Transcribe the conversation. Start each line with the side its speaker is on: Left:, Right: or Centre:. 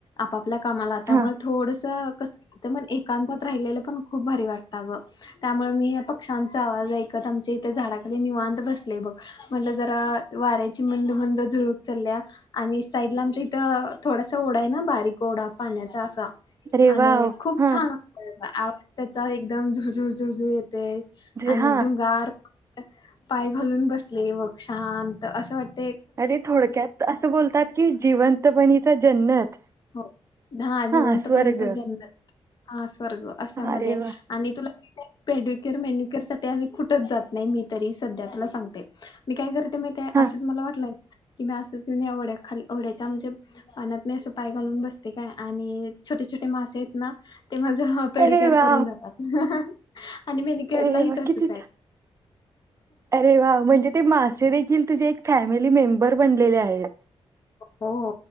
Left: आप आपल्या कामाला त्यामुळे
Right: हा
Left: थोडसं एकांतात राहिलेलं पण खूप भारी वाटतं ग त्यामुळे मी पक्ष्यांचा आवाज ऐकत आमच्या इथे झाडाखाली निवांत बसले बघ म्हटलं जरा वारे ची मंद मंद झुरूकतल्या आणि साईड ला आमच्या इथं थोडासा ओढा आहे ना बारीक ओढा पाण्याचा असा आणि
Right: अरे वाव
Left: खूप
Right: हा
Left: छान आवाज त्याचा एकदम झुजू झुजू येत. ते
Right: जे
Left: आणि
Right: हा
Left: एकदम गार. पाय घालून बसले बघ शानत असं वाटत
Right: अरे थोडक्यात असं बोलतात की जिवंत बणीचा जन्नत
Left: हो
Right: <inaudible> हा
Left: जिवंतपणीचा
Right: स्वर्ग
Left: जन्नत हा स्वर्ग असशा म
Right: अरे वा
Left: आणि तुला पेड्युकअर मेन्युकअर साठी आम्ही कुठच जात नाही मी तरी सध्या तला सांगते मी काय करते म
Right: हा
Left: असं मला वाटलं कि मी असंच जुन्या ओढ्या खाली ओढ्याच्या म्हणजे पानात मी असं पाय घालून बसते काय आणि छोटे छोटे मासे आहेत ना ते माझं ह पेडीकअर
Right: अरे वा
Left: करून देतात आणि मेनिकेरयला
Right: अरे
Left: ही
Right: वा
Left: तसच
Right: किती छान.
Left: आहेत
Right: अरे वा म्हणजे ते मासे देखील तुझे एक फॅमिली मेंबर बनलेले आहेत
Left: हो हो